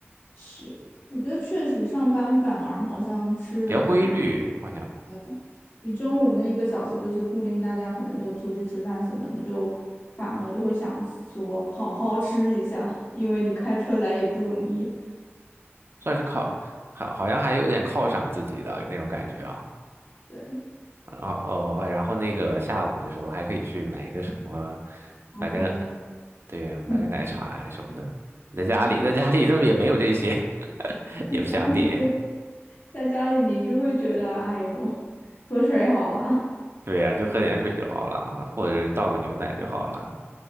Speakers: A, on the left; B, on the right.
A: 是，我觉得确实上班反而好像吃的更好。
B: 比较规律，好像
A: 对的你中午那一个小时就是固定，大家可能就出去吃饭什么，你就反而就会想说好好吃一下，因为你开车来也不容易。
B: 算是靠，好，好像还有点犒赏自己的那种感觉啊。
A: 对，
B: 啊哦，哎然后那个下午的时候还可以去买个什么，
A: 好啡呀，
B: 买个，对呀，买个奶茶呀什么的。
A: <laughs>
B: 在家里，
A: 对不对？
B: 在家里他们也没有这些，<laughs> 也不想点。
A: 家里就在家里你就会觉得，哎呦，喝水好啦。
B: 对呀，就喝点水就好了，或者倒个牛奶就好了。